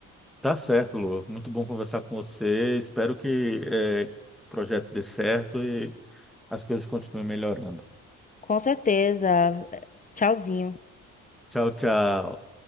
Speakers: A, in the centre; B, on the left.
A: Tá certo, Lu. Muito bom conversar com você. Espero que eh, o projeto dê certo e as coisas continuem melhorando.
B: Com certeza. Tchauzinho.
A: Tchau, tchau.